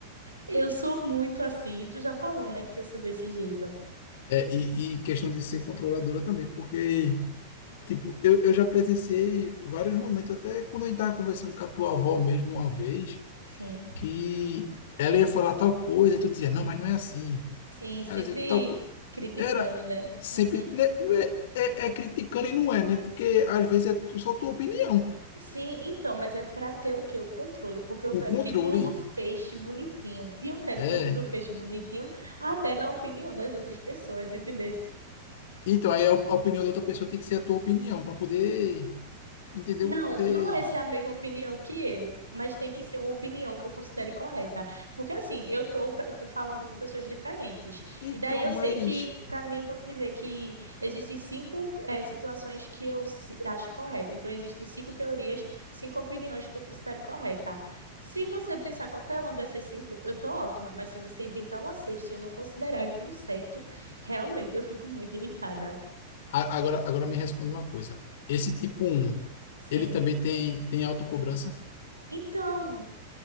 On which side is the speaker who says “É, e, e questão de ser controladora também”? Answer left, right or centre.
Left